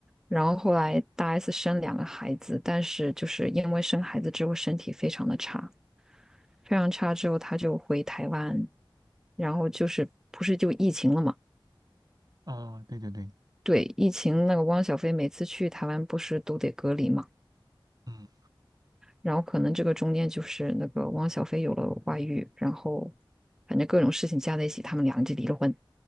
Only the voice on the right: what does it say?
哦，对对对，
嗯